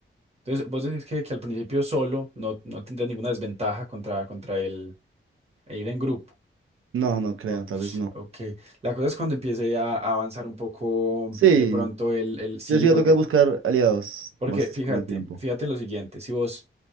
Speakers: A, on the right (about 30°); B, on the right (about 80°).
A: Entonces vos decís que, que al principio solo no, no tendrías ninguna desventaja contra, contra el e ir en grupo.
B: No, no creo,
A: No,
B: tal vez no.
A: ok. La cosa es cuando empiece a, a avanzar un poco
B: Sí,
A: de pronto el, el sí,
B: yo sí voy
A: porque
B: a tocar buscar aliados
A: Porque
B: más
A: fíjate,
B: con el tiempo.
A: fíjate en lo siguiente, si vos